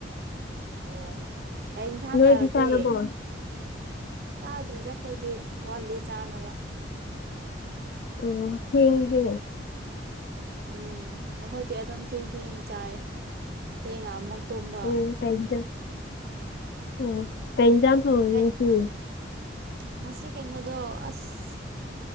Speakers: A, on the right; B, on the left.
A: ꯑꯣ ꯀꯩꯏꯟꯁꯥꯡ
B: ꯅꯣꯏꯗꯤ
A: ꯆꯥꯔꯒꯦ
B: ꯆꯥꯔꯕꯣ
A: ꯆꯥꯗ꯭ꯔꯦꯗ ꯑꯩꯈꯣꯏꯗꯤ ꯋꯥꯠꯂꯤ ꯆꯥꯅꯕ
B: ꯑꯣ ꯊ‌ꯦꯡꯉ ꯍꯦ
A: ꯎꯝ ꯑꯩꯈꯣꯏꯗꯤ ꯑꯗꯨꯝ ꯊꯦꯡ ꯊꯦꯡꯉ ꯆꯥꯏ ꯊꯦꯡꯉ ꯑꯃꯨꯛ ꯇꯨꯝꯕ
B: <inaudible>
A: ꯍꯩ ꯉꯁꯤ ꯀꯩꯅꯣꯗꯣ ꯑꯁ